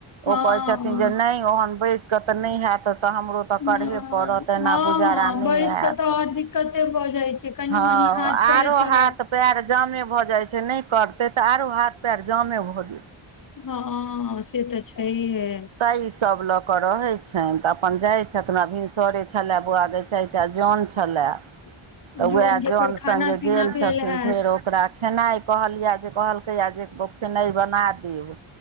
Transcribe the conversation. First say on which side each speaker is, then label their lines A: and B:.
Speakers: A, on the left (about 40°); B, on the right (about 70°).
A: हँ
B: ओ कहे छथिन जे नहि ओहन बैस कऽ तऽ नहि हत तऽ हमरो। तऽ करहे
A: नहि
B: पड़त एना
A: हँ
B: गुजारा
A: हँ
B: नहि
A: बैस
B: हैत।
A: कऽ तऽ आओर दिक्कते भऽ जाइ छै कनि
B: हँ
A: मनि हाथ
B: आरो
A: चलैत रहल
B: हाथ। पयर जामे भऽ जाय छै न करते ते आरो हाथ पयर जामे भऽ जे।
A: हँ से तऽ छै हे।
B: ताहि सब लऽ क रहै छनि तऽ अपन जाइ छथिन भिनसरे छय बौआगे छय। एकटा जान छलै।
A: <inaudible>
B: तऽ उएह
A: के
B: जन
A: फेर खाना
B: सगें
A: पीना
B: गेल छथिन,
A: भेल हैत
B: फेर ओकरा खेनाइ कहलिए जे, कहलकैए जे खेनाइ बना देब।